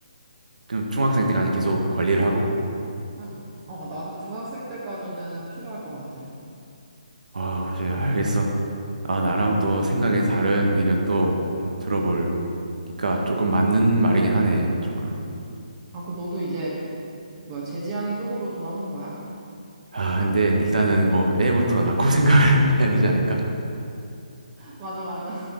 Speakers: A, on the right; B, on the right.
A: 그럼 중학생 때까지 계속 관리를 하고?
B: 응. 어, 나는 중학생 때까지는 필요할 것 같아.
A: 아, 오케이, 알겠어. 아, 나랑 또 생각이 다른 의견도 음, 들어볼니까 조금 맞는 말이긴 하네, 조금.
B: 아, 그 너도 이제 뭐야 제지하는 쪽으로 돌아선 거야?
A: 아, 근데 일단은 뭐 애부터 낳고 <laughs> 생각을 해야 되지 않을까?
B: <laughs> 맞아, 맞아.